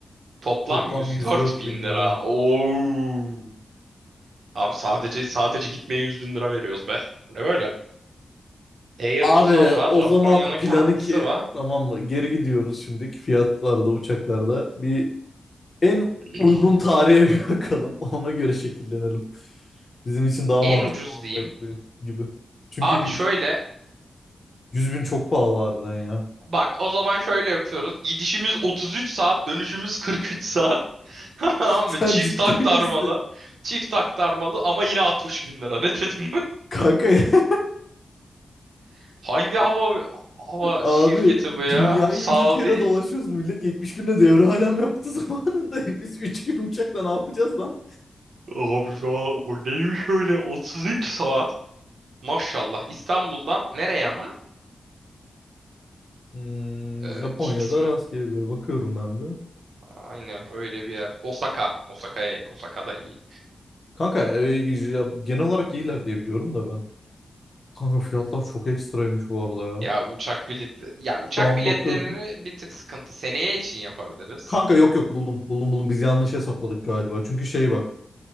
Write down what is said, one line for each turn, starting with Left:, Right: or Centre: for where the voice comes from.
Right: Toplam
Left: Toplam
Right: 104
Left: yüz dört
Right: bin
Left: bin
Right: lira.
Left: lira.
Right: Oo. Abi sadece sadece gitmeye 100 bin lira veriyoruz be. Bu ne böyle? Air
Left: Abi
Right: Busan
Left: o
Right: var. Japonya'nın
Left: zaman planı
Right: kendisi
Left: ki
Right: var.
Left: tamam mı? Geri gidiyoruz şimdiki fiyatlarda uçaklarda. Bir en
Right: <clears throat>
Left: uygun tarihe bir <laughs> bakalım. Ona göre şekillenelim. Bizim için daha
Right: En
Left: mantıklı
Right: ucuz
Left: olacak
Right: diyeyim.
Left: bir- gibi. Çünkü
Right: Abi
Left: yüz
Right: şöyle
Left: 100 bin çok pahalı harbiden ya.
Right: Bak o zaman şöyle yapıyoruz. Gidişimiz 33 saat, dönüşümüz 43 saat. <laughs> Tamam
Left: <laughs>
Right: mı?
Left: Sen
Right: Çift
Left: ciddi
Right: aktarmalı.
Left: misin?
Right: Çift aktarmalı ama yine 60 bin lira. Ne dedim?
Left: Kanka <laughs> ya-
Right: <laughs> Hangi hava hava
Left: abi
Right: şirketi bu ya?
Left: dünyayı
Right: Saudi?
Left: iki kere dolaşıyoruz. Millet 70 günde devre alem yaptı zamanında. <laughs> Biz 3 gün uçakla ne yapacağız lan?
Right: Abi ya o neymiş öyle 33 saat? Maşallah. İstanbul'dan nereye ama?
Left: Hmm,
Right: Ee,
Left: Japonya'da
Right: Kix mi?
Left: rastgele bir bakıyorum ben bir.
Right: Aynen öyle bir yer. Osaka. Osaka'ya in. Osaka da iyi.
Left: Kanka e, ya genel olarak iyiler diye biliyorum da ben. Kanka fiyatlar çok ekstraymış bu arada ya.
Right: Ya uçak biletleri ya uçak
Left: Şu an
Right: biletlerini
Left: bakıyorum.
Right: bir tık sıkıntı. Seneye için yapabiliriz.
Left: Kanka yok yok buldum. Buldum buldum. Biz yanlış hesapladık galiba. Çünkü şey bak.